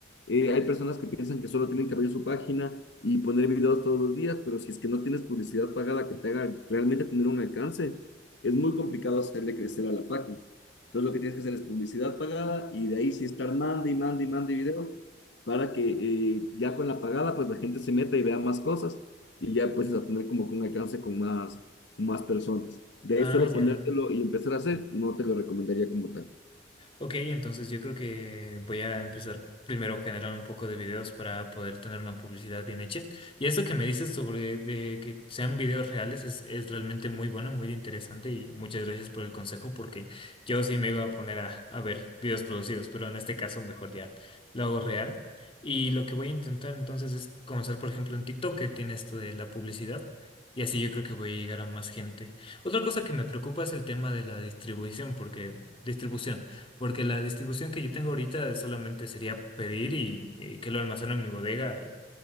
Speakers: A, on the left; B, on the left.
A: Eh, hay personas que piensan que solo tienen que abrir su página y poner videos todos los días, pero si es que no tienes publicidad pagada que te haga realmente tener un alcance, es muy complicado hacerle crecer a la página. Entonces lo que tienes que hacer es publicidad pagada y de ahí sí estar mande y mande y mande videos para que eh, ya con la pagada pues la gente se meta y vea más cosas y ya puedes tener como que un alcance con más, más personas. De
B: Ah,
A: ahí solo
B: ya.
A: ponértelo y empezar a hacer, no te lo recomendaría como tal.
B: Ok, entonces yo creo que voy a empezar primero a generar un poco de videos para poder tener una publicidad bien hecha. Y esto que me dices sobre de que sean videos reales es, es realmente muy bueno, muy interesante y muchas gracias por el consejo porque yo sí me iba a poner a, a ver videos producidos, pero en este caso mejor ya lo hago real. Y lo que voy a intentar entonces es comenzar, por ejemplo, en TikTok, que tiene esto de la publicidad. Y así yo creo que voy a llegar a más gente. Otra cosa que me preocupa es el tema de la distribución, porque distribución. Porque la distribución que yo tengo ahorita solamente sería pedir y, y que lo almaceno en mi bodega y,